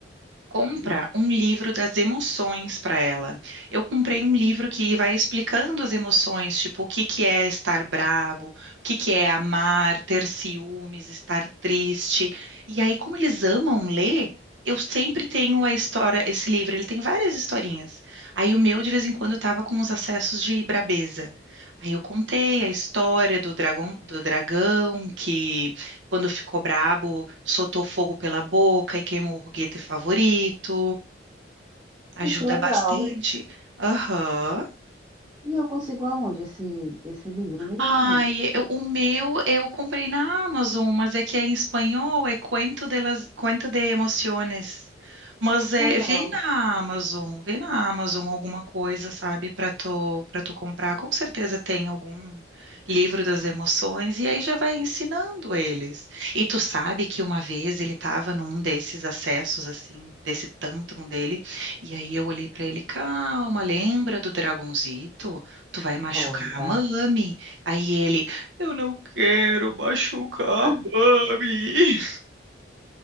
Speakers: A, on the right (about 75°); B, on the right (about 20°).
A: compra
B: Hum.
A: um livro das emoções para ela. Eu comprei um livro que vai explicando as emoções, tipo o que que é estar brabo, o que que é amar, ter ciúmes, estar triste. E aí, como eles amam ler, eu sempre tenho a história, esse livro, ele tem várias historinhas. Aí o meu de vez em quando estava com uns acessos de brabeza. Aí eu contei a história do dragão, do dragão que quando ficou brabo, soltou fogo pela boca e queimou o foguete favorito. Ajuda
B: Ah, Que legal.
A: bastante.
B: E,
A: Aham.
B: e eu consigo aonde esse, esse livro? Onde é que
A: Ai,
B: eu compro?
A: eu- o meu eu comprei na Amazon, mas é que é em espanhol, é Cuento de las, Cuento de Emociones. Mas é,
B: Legal.
A: vê na Amazon, vê na Amazon alguma coisa, sabe, para tu, para tu comprar. Com certeza tem algum livro das emoções e aí já vai ensinando eles. E tu sabe que uma vez ele estava num desses acessos assim, desse tantrum dele, e aí eu olhei para ele, calma, lembra do dragonzito? Tu vai machucar
B: Olha.
A: a mami.
B: <laughs>
A: Aí ele, eu não quero machucar
B: Ah,
A: a Mami.